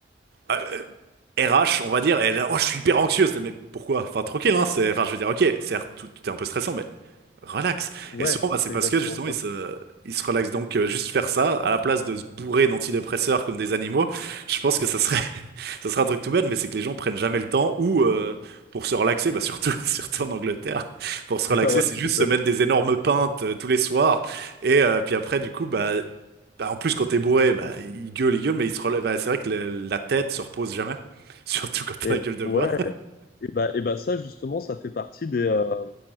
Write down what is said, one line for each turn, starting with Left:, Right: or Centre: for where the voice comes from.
Right: euh, euh, RH, on va dire, et là, oh, je suis hyper anxieuse. Mais pourquoi? Enfin, tranquille, hein, c'est, enfin, je veux dire, ok, certes, tout, tout est un peu stressant, mais Relax.
Left: ouais,
Right: Et souvent, bah,
Left: c'est
Right: c'est parce
Left: exactement
Right: que justement,
Left: ça.
Right: ils se, ils se relaxent. Donc, euh, juste faire ça, à la place de se bourrer d'antidépresseurs comme des animaux, je pense
Left: Ouais,
Right: que ça serait, <laughs> ça serait un truc tout bête, mais c'est que les gens prennent jamais le temps ou euh, pour se relaxer, bah, surtout, <laughs> surtout en Angleterre, pour se relaxer,
Left: <laughs> ouais,
Right: c'est
Left: tu
Right: juste
Left: m'étonnes.
Right: se mettre des énormes pintes euh, tous les soirs. Et euh, puis après, du coup, bah, bah, en plus, quand t'es bourré, bah, ils gueulent, ils gueulent, mais ils se relèvent. Bah, c'est vrai que le- la tête se repose jamais, <laughs> surtout quand t'as
Left: Et
Right: la gueule de
Left: ouais,
Right: bois.
Left: Et bah, et bah ça justement, ça fait partie des. Euh,